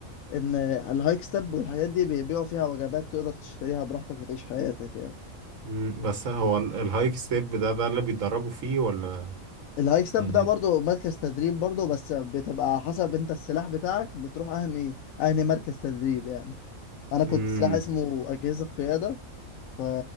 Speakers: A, on the left (about 85°); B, on the right (about 80°).
A: ان الهايك ستيب والحاجات دي بيبيعوا فيها وجبات تقدر تشتريها براحتك وتعيش حياتك يعني
B: مم. بس هو ال- الهايك ستيب ده ده اللي بيتدربوا فيه ولا
A: الهايك ستيب
B: يعني
A: ده برضو مركز تدريب برضو بس بتبقى على حسب انت السلاح بتاعك بتروح اهني اهني مركز تدريب يعني انا كنت
B: مم.
A: سلاح اسمه اجهزه قياده ف...